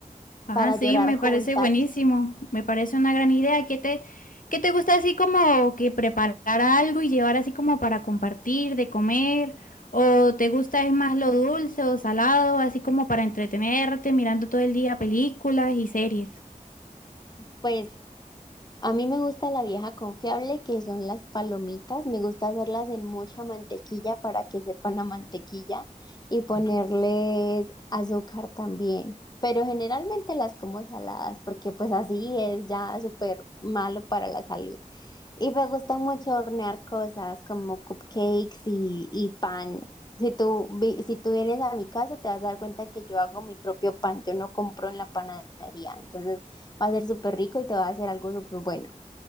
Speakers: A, on the left; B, on the left.
A: Ah,
B: para
A: sí,
B: llorar
A: me
B: juntas.
A: parece buenísimo. Me parece una gran idea. ¿Qué te, qué te gusta así como que preparar algo y llevar así como para compartir, de comer? ¿O te gusta es más lo dulce o salado, así como para entretenerte mirando todo el día películas y series?
B: Pues A mí me gusta la vieja confiable, que son las palomitas. Me gusta hacerlas en mucha mantequilla para que sepan a mantequilla y ponerles azúcar también. Pero generalmente las como saladas porque pues así es ya súper malo para la salud. Y me gusta mucho hornear cosas como cupcakes y, y pan. Si tú, vi- si tú vienes a mi casa te vas a dar cuenta que yo hago mi propio pan, yo no compro en la panadería. Entonces va a ser súper rico y te va a hacer algo súper bueno.